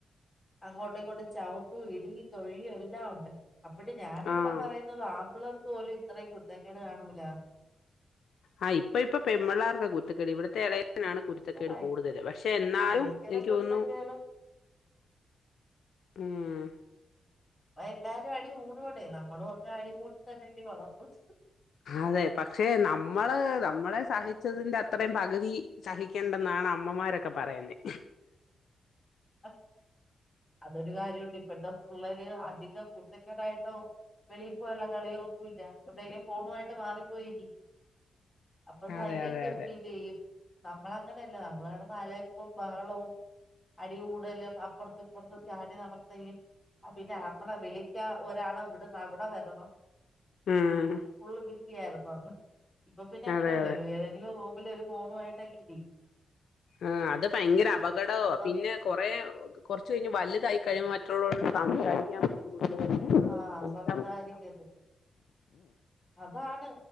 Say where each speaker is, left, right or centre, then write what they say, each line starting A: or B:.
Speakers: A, on the left (about 25°); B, on the left (about 75°).
A: അങ്ങോട്ടും ഇങ്ങോട്ടും ചവിട്ടും ഇടിയും തൊഴിയും എല്ലാം ഒണ്ട് അപ്പഴും ഞാനിവിടെ
B: ആഹ്
A: പറയുന്നത് ആപിള്ളേർ പോലും ഇത്രയും കുരുത്തക്കേട് കാണൂലാന്ന്
B: ആഹ് ഇപ്പൊ ഇപ്പൊ പെമ്പിള്ളേർക്കാ കുരുത്തക്കേട് ഇവിടുത്തെ ഇളേ തിനാണ് കുരുത്തക്കേട്
A: ഓ ഭയ
B: കൂടുതല് പക്ഷെ എന്നാലും
A: ഭയങ്കര
B: എനിക്ക്
A: കുരുത്തക്കേടും
B: തോന്നുന്നു ഉം
A: ഇപ്പൊ എല്ലാരും അടി കൂടുവെടെ നമ്മളും ഒക്കെ അടി കൂടിത്തന്നല്ലേ വളർന്നത്
B: അതെ പക്ഷെ നമ്മള് നമ്മളെ സഹിച്ചതിന്റെ അത്രയും പകുതി സഹിക്കണ്ടെന്നാണ് അമ്മമാരൊക്കെ പറയുന്നെ
A: അ അതൊരു കാര്യം ഉണ്ട് ഇപ്പൊ ഇപ്പഴത്തെ പുള്ളേര് അധികം കുരുത്തകേടായിട്ടോ വെളിയിൽ പോയുള്ള കളിയോ ഒന്നുമില്ല എവിടെങ്കിലും ഫോണുമായിട്ട് മാറിപ്പോയിരി അപ്പം സൈലന്റ്
B: അതെ അതെ അതെ
A: ഫീല് യും നമ്മള് അങ്ങനല്ല നമ്മള് കെടന്ന് അലായ് പ്പും ബഹളവും അടി കൂടലും അപ്പുറത്ത് ഇപ്പുറത്ത് ചാടി നടത്തയും പിന്നെ മ്മളെ വിളിക്കാ ഒരാള് ഇവിടന്ന് അവിടെ വരണം
B: ഉം
A: അപ്പൊ ഫുള്ളും ബിസി ആരുന്നു ഇപ്പൊ പിന്നെ അങ്ങനല്ലല്ലോ
B: അതെ അതെ
A: ഏതെങ്കിലും റൂം മില് ഒരു ഫോണുമായിട്ടൊക്കെ ഇരിക്കും.
B: ആ അത് ഭയങ്കര അപകടവാ
A: അത്ര
B: പിന്നെ കൊറേ കൊറച്ച് കഴിഞ്ഞ് വാ ലുതായിക്കഴിഞ്ഞ മറ്റുള്ളവരോട് സംസാരിക്കാൻ <inaudible> ബുദ്ധിമുട്ട്. മറ്റുള്ളവര്
A: ആഹ
B: ചോദിക്കാൻ
A: സംസാരിക്കത്,
B: ബുദ്ധിമുട്ട്
A: അതാണ്